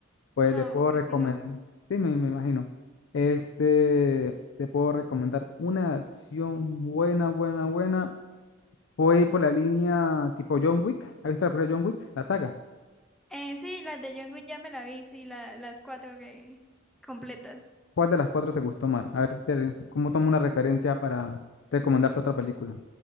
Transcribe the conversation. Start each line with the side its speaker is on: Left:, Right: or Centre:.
Left: pues
Centre: No,
Left: le puedo
Centre: casi
Left: recomendar,
Centre: no.
Left: sí, me, me imagino. Este, te puedo recomendar una de acción buena, buena, buena. Voy a ir por la línea tipo John Wick. ¿Has visto la primera John Wick? La saga.
Centre: Eh, sí, las de John Wick ya me la vi, sí, la- las cuatro que completas.
Left: ¿Cuál de las cuatro te gustó más? A ver, te- cómo tomo una referencia para recomendarte otra película.